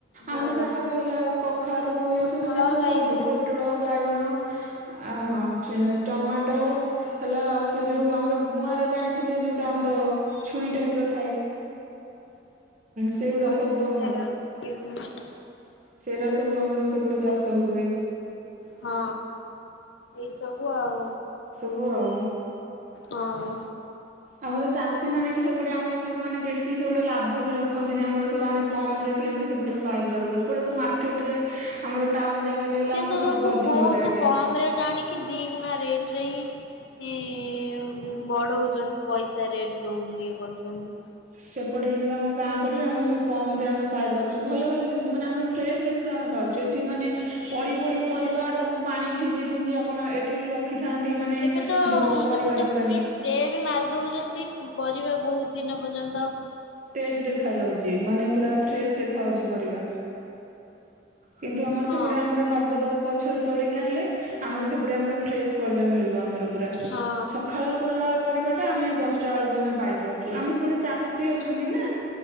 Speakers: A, on the left; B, on the right.
A: ହଁ
B: ଆମର ଯାହାବି ହେଲା କଖାରୁ
A: ପୋଟଳ
B: ଏଇ ସବୁ ଜିନିଷ
A: ବାଇଗଣ
B: ସବୁ ପୋଟଳ ବାଇଗଣ
A: ଟମାଟୋ
B: ଅହ ଟମାଟୋ ହେଲା ଆଉ ସେ ଯୋଉ ଆମର ଗୁଆଁର ଜାଣିଥିବେ ଯୋଉଟା ଆମର ଛୁଇଁ ଟାଇପ ର ଥାଏ ସେଗୁଡା
A: ସ୍ଵାଦିଷ୍ଟ
B: ସବୁ ଆମର
A: ରାଉତ କିଏ କଣ?
B: ସେଟା ସବୁ ଆମର ସେପଟେ ଚାଷ ହୁଏ।
A: ହଁ। ଏଇସବୁ ଆଉ।
B: ଆଉ।
A: ହଁ।
B: ଆମର ଚାଷୀ ମାନେ ବି ସେପଟେ ଆମର ସବୁମାନୋନେ ବେଶୀ ସେପଟେ ଲାଭ ବି ରଖନ୍ତିନି ଆମର ସବୁମାନୋନେ କମ ରେ ବି ଆମେ ସେପଟରେ ପାଇପାରୁ ଏପଟେ ତ ମାର୍କେଟ ରେ ଆମର ଟାଉନ ଜାଗାରେ ହେଲା
A: ସିଏ
B: ଆମର
A: ତ ସବୁ
B: ଅଧିକ
A: ବହୁତ
B: ରେଟ୍
A: କମ ରେଟ୍ ଆଣିକି ଦି ଗୁଣା ରେଟ ରେ ହିଁ ଁ ବଡ ହଉଛନ୍ତି ପଇସା ରେଟ ଦଉ ଇଏ କରୁଛନ୍ତି
B: ସେପଟେ କିୁ ଆମ ଗାଁ ପଟରେ ଆମ ସବୁ କମ ରେ ଆମେ ପାଇପାରୁଛୁ ଭଲ ଭଲ ଜିନିଷ ମାନେ ଆମର ଫ୍ରେଶ ଜିନିଷ ଆମେ ପାଉଛୁ ଏଠି ମାନେ ପଡି ପଡି ପରିବା ତାକୁ ପାଣି ଛିଞ୍ଚି ଛିଞ୍ଚି ଆପଣ ଏଠି ରଖିଥାନ୍ତି ମାନେ
A: ଏବେ ତ ଯୋଉ
B: ପରିବା
A: ଗୋଟେ
B: ଦୋକାନୀ
A: କି ସ୍ପ୍ରେ ବି ମାରି ଦଉଛନ୍ତି ପରିବା ବହୁତ ଦିନ ପଲତା
B: ତେଜ ଦେଖା ଯାଉଛି ମାନେ ପୁରା ଫ୍ରେଶ ଦେଖା ହଉଛି ପରିବା କିନ୍ତୁ ଆମର
A: ହଁ
B: ସେପଟେ ଆମର ନଗଦ ଗଛ ଛରୁ ତୋଳିକି ଆଣିଲେ ଆମର ସେପଟେ ଆମର ଫ୍ରେଶ ପରିବା ମିଳିବ ଆମର ପୁରା
A: ହଁ
B: ସକାଳ ତୋଲା ପରିବାଟା ଆମେ ଦଶଟା ବେଳକୁ ଆମେ ପାଇପାରୁଛୁ ଆମ ସବ ଗୁଟେ ଚାଷୀ ଅଛି ଅଛନ୍ତି ନା